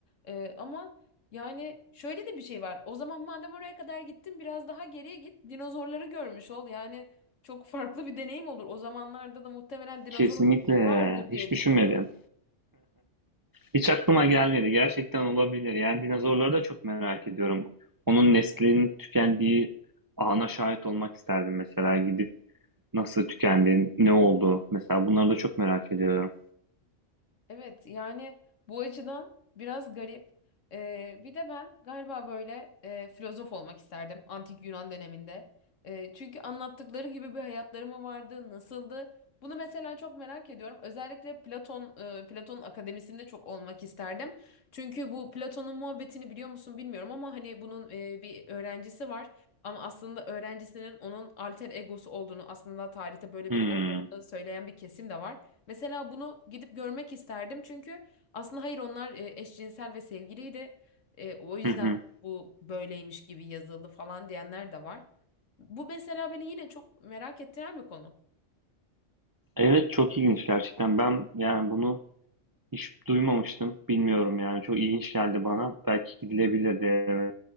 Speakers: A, on the left; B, on the right.
A: Ee, ama yani şöyle de bir şey var. O zaman madem oraya kadar gittin biraz daha geriye git dinozorları görmüş ol. Yani çok farklı bir deneyim olur. O zamanlarda da muhtemelen dinozor
B: Kesinlikle.
A: vardır
B: Hiç
A: diye
B: düşünmedim.
A: düşünüyorum.
B: Hiç aklıma gelmedi. Gerçekten olabilir. Yani dinozorları da çok merak ediyorum. Onun neslinin tükendiği ana şahit olmak isterdim mesela. Gidip nasıl tükendi, ne oldu? Mesela bunları da çok merak ediyorum.
A: Evet yani bu açıdan biraz garip. Ee, bir de ben galiba böyle e, filozof olmak isterdim antik Yunan döneminde. Ee, çünkü anlattıkları gibi bir hayatları mı vardı, nasıldı? Bunu mesela çok merak ediyorum. Özellikle Platon, e, Platon'un akademisinde çok olmak isterdim. Çünkü bu Platon'un muhabbetini biliyor musun bilmiyorum ama hani bunun e, bir öğrencisi var. Ama aslında öğrencisinin onun alter egosu olduğunu, aslında tarihte böyle
B: Hmm.
A: bir olmadığını
B: <laughs>
A: söyleyen bir kesim de var. Mesela bunu gidip görmek isterdim çünkü aslında hayır onlar e, eşcinsel ve sevgiliydi. E, o yüzden
B: Hı hı.
A: bu böyleymiş gibi yazıldı falan diyenler de var. Bu mesela beni yine çok merak ettiren bir konu.
B: Evet çok ilginç gerçekten. Ben yani bunu hiç duymamıştım. Bilmiyorum yani. Çok ilginç geldi bana. Belki gidilebilirdi. Evet.